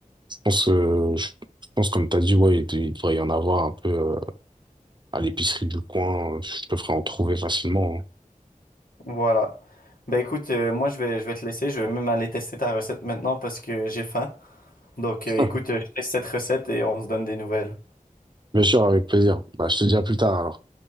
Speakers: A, on the right; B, on the left.
A: je pense euh, je, je pense comme t'as dit ouais il, il devrait y en avoir un peu euh, À l'épicerie du coin, euh, je te ferai en trouver facilement.
B: Voilà. Ben écoute, euh, moi je vais, je vais te laisser, je vais même aller tester ta recette maintenant parce que j'ai faim. Donc, euh,
A: hein.
B: écoute, euh, je teste cette recette et on se donne des nouvelles.
A: <laughs> Bien sûr, avec plaisir. Bah, je te dis à plus tard alors.